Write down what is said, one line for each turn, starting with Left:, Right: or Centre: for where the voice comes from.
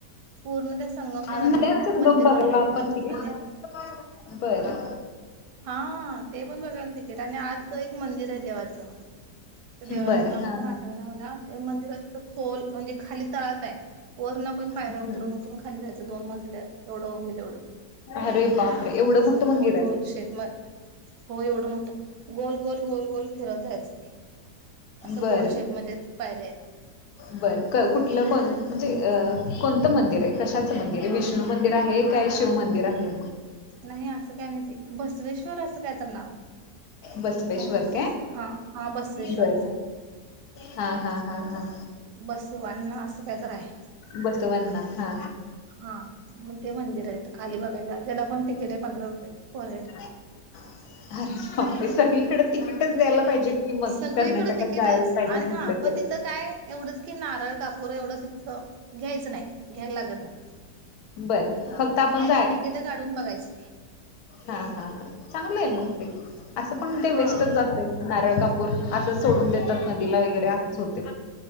Right: पूर्ण त्या संगमच्या नदीत
Left: नद्यांचा संगम
Right: मंदिर
Left: बघायला
Right: बांधलेलं
Left: आपण
Right: आहे,
Left: तिकीट
Right: आणि
Left: बरं!
Right: हा! ते पण बघायला तिकीट, आणि आतलं एक मंदिर आहे देवाचं. त्या देवाचं
Left: बरं
Right: नाव
Left: हा
Right: पण आठव
Left: हा
Right: मला वाटते मंदिरात खोल म्हणजे खाली तळात आहे, वरण आपण पायऱ्या
Left: हम्म
Right: उतरून उतरुन खा खाली जायं दोन मजले. एवढं होईल एवढं
Left: अरे बापरे एवढं
Right: असं
Left: मोठं मंदिर
Right: गोल गोल शेखमल हो एवढं मोठं गोल गोल गोल गोल फिरत जायचं. असं
Left: बरं!
Right: गोल शेप मध्ये पायऱ्या आहेत
Left: बर कुठलं कोण म्हणजे कोणतं मंदिर आहे कशाचं मंदिर आहे विष्ण विष्णू मंदिर आहे काय शिव मंदिर आहे?
Right: नाही असं काय नाही ते बसवेश्वर असं काय तर नाव आहे.
Left: बसवेश्वर
Right: मंदिरच
Left: काय?
Right: हा हा बसवेश्वरच
Left: बरं
Right: आहे.
Left: हा हा हा हा
Right: बस अणना असं काय तर आहे.
Left: बसवांना हा.
Right: हा मग ते मंदिर आहे खाली बघायला त्याला पण तिकीट आहे पंधरा रुपये पर हेड.
Left: अरे बापरे! सगळीकडे तिकीटच द्यायला पाहिजे. की मग
Right: सगळीकडे
Left: कर्नाटकात
Right: तिकीटच
Left: जायला
Right: आणि
Left: म्हटलं
Right: हा पण
Left: तर.
Right: तिथं काय एवढंच की नारळ कापूर एवढं तथं घ्यायचं नाही घ्यायला लागत नाही.
Left: बरं फक्त आपण
Right: हा पण तिकीट काढून बघायचं.
Left: हा हा हा चांगलं आहे मग ते असं पण ते
Right: हा
Left: वेस्टच जाते. नारळ कापूर असंच सोडून देतात नदीला वगैरे असच होते.